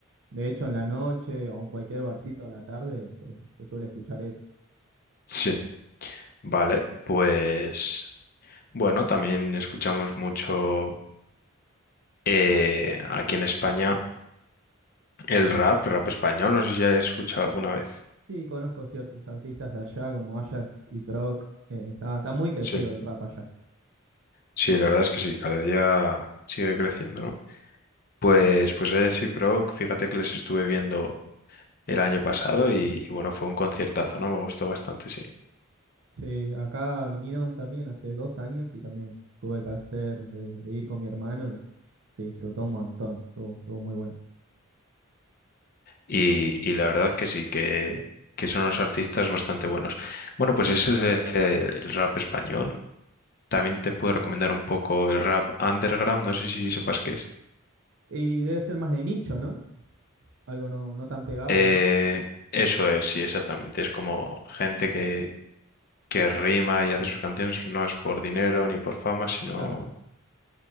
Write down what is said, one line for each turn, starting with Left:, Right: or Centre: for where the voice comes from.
Right: de hecho en la noche o en cualquier barcito a la tarde se se suele escuchar eso.
Left: Sí. Vale, pues. Bueno, también escuchamos mucho eh, aquí en España el rap, rap español. No sé si hayas escuchado alguna vez.
Right: Sí, conozco ciertos artistas de allá como Ajax y Proc. Eh, está, está muy crecido
Left: Sí,
Right: el rap allá.
Left: sí, la verdad es que sí, cada día sigue creciendo, ¿no? Pues, pues eh, sí, pero fíjate que les estuve viendo el año pasado y, y bueno, fue un conciertazo, ¿no? Me gustó bastante, sí.
Right: Sí, acá vinieron también hace dos años y también tuve el placer de, de ir con mi hermano y se disfrutó un montón, estuvo, estuvo muy bueno.
Left: Y, y la verdad que sí, que, que son unos artistas bastante buenos. Bueno, pues ese es eh, el, rap español. También te puedo recomendar un poco el rap underground, no sé si sepas qué es.
Right: Y debe ser más de nicho, ¿no? Algo no, no tan pegado,
Left: Eh,
Right: ¿no?
Left: eso es, sí, exactamente. Es como gente que, que rima y hace sus canciones, no es por dinero ni por fama, sino...
Right: Claro,